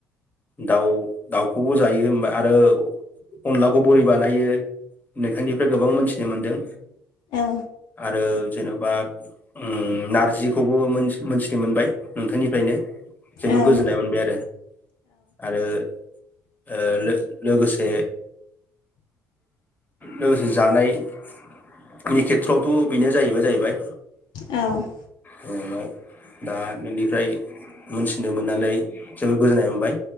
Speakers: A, on the left; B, on the left.
A: दाउ-दाउखौबो जायो ओमबा आरो अनलाखौ बोरै बानायो नोखानि फ्राय गोबां मोनथिनो मोनदों
B: औ
A: आरो जेन' बा उम नारजिखौबो मोन-मोनथिनो मोनबाय नोंथांनिफ्रायनो जोबोद
B: औ
A: गोजोननाय मोनबाय आरो आरो ओ लोगोसे लोगोसे जानायनि खेथ्रआवथ' बेनो जाहैबाय-जाहैबाय
B: औ
A: इयुनाव दा नोंनिफ्राय मोनथिनो मोननानै जबोर गोजोननाय मोनबाय।